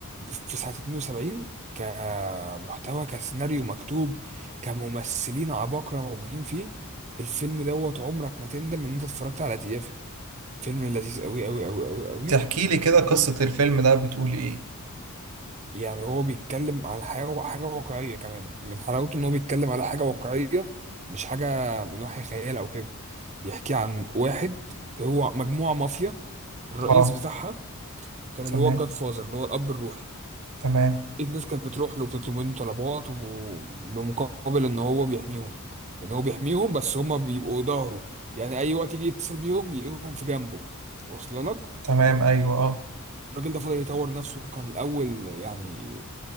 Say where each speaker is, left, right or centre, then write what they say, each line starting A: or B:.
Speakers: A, on the right; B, on the right.
A: في سنة 72 كمحتوى كسيناريو مكتوب كممثلين عباقرة موجودين فيه الفيلم دوت عمرك ما تندم ان انت اتفرجت على دقيقة فيه فيلم لذيذ قوي قوي قوي قوي قوي
B: تحكي لي كده
A: وجزء-
B: قصة الفيلم ده بتقول ايه
A: يعني هو بيتكلم على حاجة حاجة واقعية كمان من حلاوته إن هو بيتكلم على حاجة واقعية مش حاجة من وحي خيال أو كده بيحكي عن واحد هو مجموعة مافيا الرئيس
B: اه
A: بتاعها كان
B: تمام
A: اللي هو الجاد فازر اللي هو الأب الروحي
B: تمام
A: الناس كانت بتروح له وبتطلب منه طلبات وبمقابل إن هو بيحميهم إن هو بيحميهم بس هما بيبقوا ظهره يعني أي وقت يجي يتصل بيهم يلاقيهم في جنبه واصل لك
B: تمام ايوه اه
A: الراجل ده فضل يطور نفسه كان الاول يعني